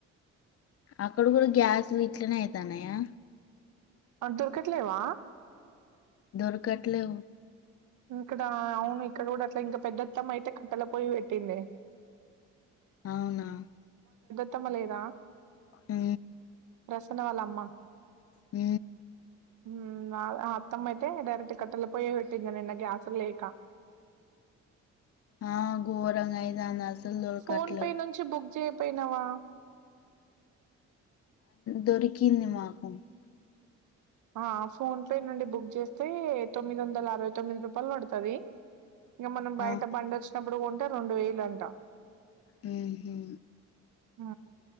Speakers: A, on the left; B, on the right.
A: అక్కడ కూడా గ్యాస్లు ఇట్లనే అయితన్నాయా
B: అవును దొరకట్లేవా
A: దొరకట్లే
B: ఇక్కడ అవును ఇక్కడ కూడా అట్లా ఇంకా పెద్దత్తమ్మ అయితే కట్టల పోయి పెట్టింది
A: అవునా
B: మత్తమలేదా
A: హ
B: వాళ్ళ అమ్మ
A: హ
B: హ నా ఆ అత్తమ్మ యితే డైరక్ట్ కట్టెలా పోయిపెట్టింది నను నా గ్యాస్ లేఖ
A: ఆ గో గోరంగా అయింది అసలు దొరకట్లేవు
B: ఫోన్ పే నుంచి బుక్ చే పోనావా
A: దొరికీంది మాకు
B: ఆ ఫోన్ పే నుండి బుక్ చేస్తే తొమ్మిది వందల అరవై తొమ్మిది రూపాయలు పడుతుంది ఇంకా మనం బయట
A: ఆ
B: బండి వచ్చినప్పుడు కొంట రెండు వేలు అంట
A: హ హ
B: ఆ